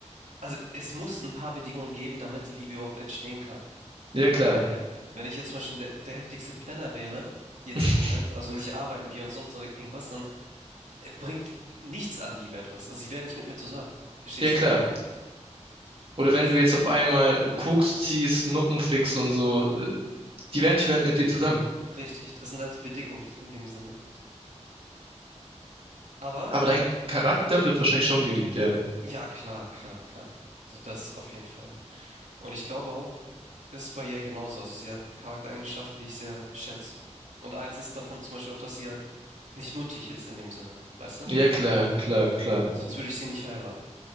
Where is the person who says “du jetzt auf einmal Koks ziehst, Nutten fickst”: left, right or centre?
Right